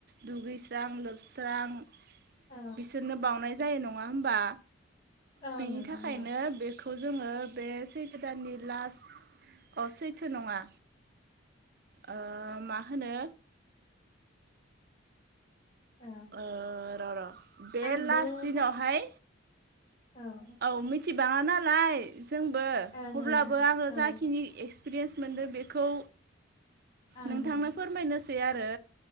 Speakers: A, on the right; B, on the left.
A: दुगैस्रां लोबस्रां
B: औ
A: बिसोरनो बावनाय <inaudible> जायो नङा होमबा?
B: औ
A: बेनि
B: नोंथां
A: थाखायनो
B: औ
A: बेखौ खौ जोङो बे सैथो दाननि लास अ सैथो नङा ओ मा होनो?
B: औ।
A: ओ र' र' बे
B: आंबो
A: लास्ट दिनावहाय
B: मास औ ओं
A: औ मि <inaudible> थि बाङा नालाय जोंबो
B: ओं
A: अब्लाबो आङो
B: औ ओं
A: जाखिनि एस प्रियेस मोनदो बेखौ
B: ओं
A: नोंथांनो
B: औ
A: फोरमायनोस सै आरो